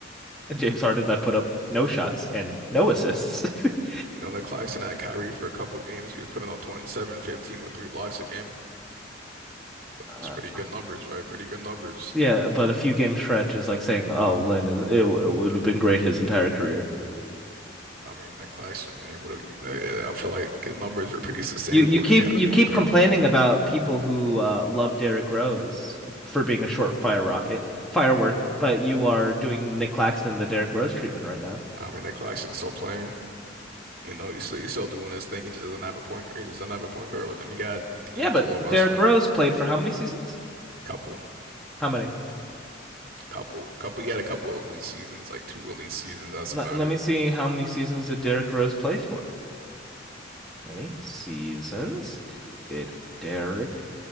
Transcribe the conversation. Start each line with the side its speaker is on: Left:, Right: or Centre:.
Centre: <laughs> James Harden that put up no shots and no assists. <laughs>
Right: You know, Nick Claxton had Kyrie for a couple of games. He was putting up 27 and 15 with three blocks a game.
Centre: Uh,
Right: It's pretty good numbers, right? Pretty good numbers.
Centre: Yeah, but a few game stretch is like saying, "Oh, Lynn is it, it would have been great his entire career."
Right: I mean, Nick Claxton, man, he would have. I feel like his numbers were pretty sustainable
Centre: You you keep
Right: if he had
Centre: you
Right: a point
Centre: keep
Right: guard
Centre: complaining
Right: with him.
Centre: about people who uh, love Derrick Rose for being a short fire rocket firework, but you are doing Nick Claxton the Derrick Rose treatment right now.
Right: I mean, Nick Claxton's so plain. You know, he's still, he's still doing his thing. He just doesn't have a point guard. He just doesn't have a point guard with him. You got D'Angelo
Centre: Yeah, but
Right: Russell,
Centre: Derrick Rose played for how many seasons?
Right: couple,
Centre: How many?
Right: couple, couple. He had a couple of elite seasons, like two elite seasons. That's
Centre: Let,
Right: about
Centre: let
Right: it.
Centre: me see how many seasons did Derrick Rose play for? Many seasons did Derrick